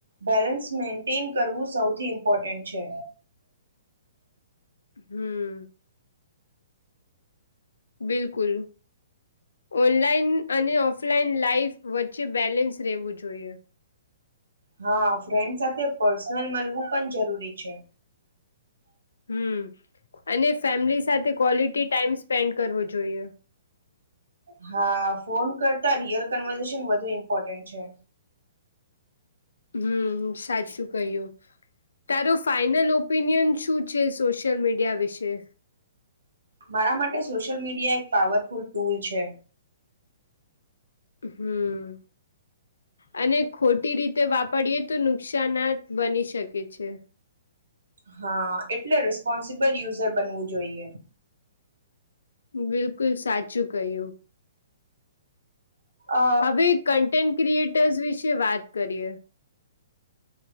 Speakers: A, on the right; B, on the left.
A: બેલેન્સ મેન્ટેન કરવું સૌથી ઇમ્પોર્ટન્ટ છે.
B: હમ. બિલકુલ, ઓનલાઈન અને ઓફલાઈન લાાઈફ વચ્ચે બેલેન્સ રહેવું જોઈએ.
A: હા ફ્રેન્ડ સાથે પર્સનલ મળવું પણ જરૂરી છે.
B: હમ, અને ફેમિલી સાથે ક્વલિટી ટાઈમ સ્પેન્ડ કરવો જોઈએ.
A: હા ફોન કરતા રિયલ કન્વેન્શન વધુ ઇમ્પોર્ટન્ટ છે.
B: હમ સાચું કહ્યું, તારો ફાઈનલ ઓપિનિયન શું છે સોશિયલ મીડિયા વિશે?
A: મારા માટે સોશિયલ મીડિયા પાવરફુલ ટૂલ છે.
B: હમ, અને ખોટી રીતે વાપરીયએ તો નુકશાન બની શકે છે.
A: હા એટલે રિસ્પોન્સિબલ યુઝર બનવું જોઈએ.
B: બિલકુલ સાચું કહ્યું.
A: અ
B: હવે ક ક્રિએટર વિશે વાત કરીએ.